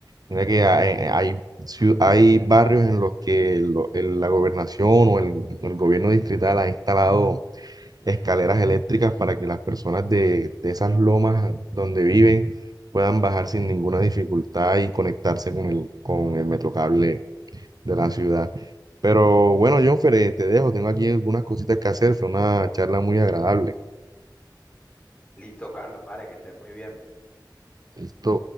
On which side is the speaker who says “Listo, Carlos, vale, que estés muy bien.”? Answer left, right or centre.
Left